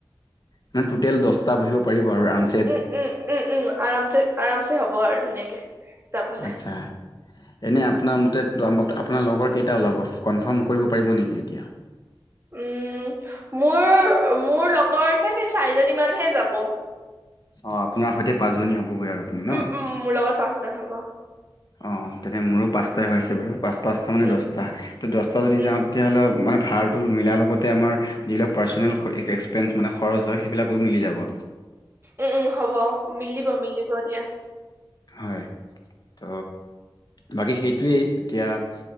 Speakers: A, on the left; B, on the right.
A: মানে টোটেল দহটা বহিব পাৰিব আৰু আ
B: উমঁ' উমঁ' উমঁ' উমঁ' আৰামছে আৰামছে হ'ব আৰু ধুনীয়াকে। যাবলে
A: আচ্ছা'। এনে আপোনাৰ মতে আপোনাৰ লগৰ কেইটা ওলাব, কম্ফৰ্ম কৰিব পাৰিব নেকি এতিয়া?
B: উমঁ' মোৰ মোৰ লগৰ চাগে চাৰিজনী মানহে যাব।
A: অঁ' আপোনাৰ সৈতে পাঁচজনী হ'বগৈ আৰু আপুনি ন।
B: উম উম মোৰ লগত পাঁচজন হ'ব।
A: অঁ' তেনে মোৰো পাঁচটাই হৈছে বাৰু, পাঁচ-পাঁচটা মানে
B: উম
A: দহটা, তো দহটা যদি
B: উম
A: যাওঁ- তেতিয়া হ'লে মানে ভাড়াটো মিলাৰ লগতে আমাৰ যিবিলাক পাৰ্চনেল এক্সপেঞ্চ মানে খৰচ হয় সেইবিলাকো মিলি যাব।
B: উমঁ' উমঁ' হ'ব, মিলিব মিলিব দিয়া।
A: হয়, ত' বাকী সেইটোৱেই, এতিয়া-